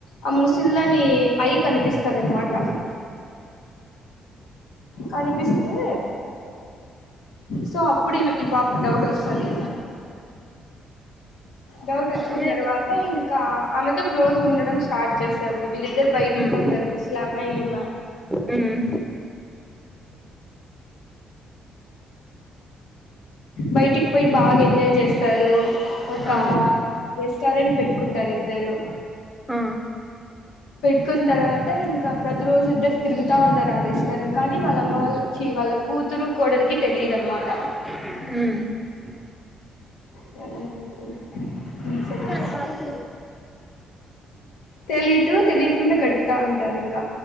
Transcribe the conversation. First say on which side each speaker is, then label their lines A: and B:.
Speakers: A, on the left; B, in the centre.
A: ఆ ముసిళ్ళని పై కనిపిస్తది అనుమాట కనిపిస్తే సో అప్పుడు ఇ పాప డౌట్ వస్ సది డౌట్ వచ్చిన
B: మీ
A: తర్వాత
B: దగ్గర
A: ఇంకా ఆమెతో క్లోజ్ ఉండడం స్ స్టార్ట్ చేస్తది వీళ్ళిద్దరు బయట్ ఇ
B: హ్మ్.
A: పోతరు ముస్లామా ఇమా
B: ఉమ్
A: బయటికి పోయి బాగా ఎంజాయ్ చేస్ స్తారు. ఒక
B: ఆ
A: రెస్టారెంట్ పెట్ కుంటారు ఇద్దరు
B: ఆ
A: చిసుకున్న తర్వాత ఇంకా ప్రతిరోజు ఇద్దరు తిరుగుతూ ఉంటారు ఆ రష్టన్ని కానీ వాళ్ళమ్మ వాళ్ళ చి వాళ్ళ కూతురు కోడలకి తెలియదున్నమాట
B: హ
A: చాల మీకు ఇన్ సట బు
B: త్తారు పానిపూరి
A: తెలీదు తెలియకుండా గడుపుతా ఉంటారు ఇకా